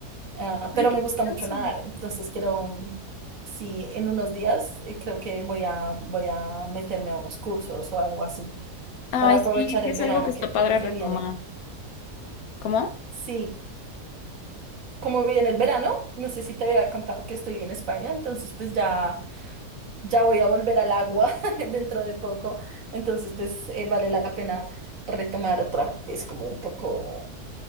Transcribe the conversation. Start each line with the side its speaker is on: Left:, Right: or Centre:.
Right: ah, pero
Left: Ay, qué
Right: me gusta
Left: curioso.
Right: mucho nadar, entonces quiero, sí, en unos días eh, creo que voy a, voy a meterme a unos cursos o algo así
Left: Ay,
Right: para aprovechar
Left: sí, sí
Right: el
Left: es
Right: verano
Left: algo que está
Right: que
Left: padre
Right: que se
Left: retomar.
Right: viene.
Left: ¿Cómo?
Right: Sí. como viene el verano, no sé si te había contado que estoy en España, entonces pues ya, ya voy a volver al agua <laughs> dentro de poco, entonces pues eh, vale la pena retomar otra vez como un poco